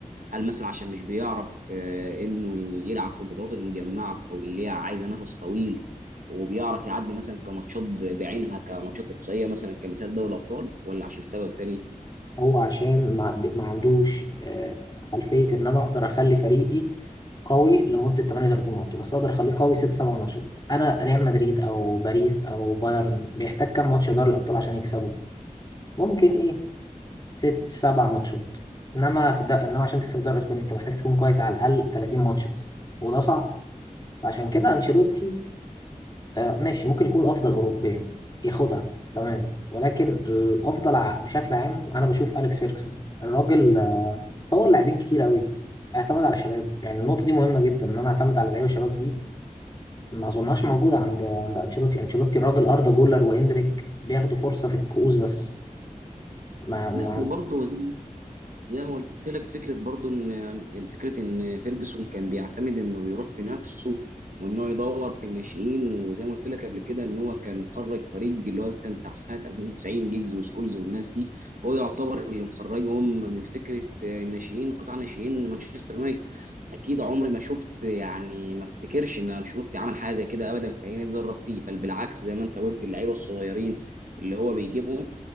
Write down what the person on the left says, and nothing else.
هو عشان ما, ما عندوش آه، خلفيه ان انا اقدر اخلي فريقي قوي لمده 38 ماتش بس اقدر اخليه قوي 6 7 ماتشات انا ريال مدريد او باريس او بايرن بيحتاج كام ماتش دوري الابطال عشان يكسبه ممكن ايه ست سبع ماتشات انما في ده انما عشان تكسب الدوري الاسباني انت محتاج تكون كويس على الاقل 30 ماتش مثلا وده صعب فعشان كده انشيلوتي آه ماشي ممكن يكون الافضل اوروبيا ياخدها تمام ولكن الافضل ع- بشكل عام انا بشوف اليكس فيركسون الراجل آه، طور لاعبين كتير قوي اعتمد على الشباب يعني النقطه دي مهمه جدا ان انا اعتمد على لعيبه الشباب دي ما اظنهاش موجوده عند عند انشيلوتي انشيلوتي الراجل اردا جولر واندريك بياخدوا فرصه في الكؤوس بس ما ما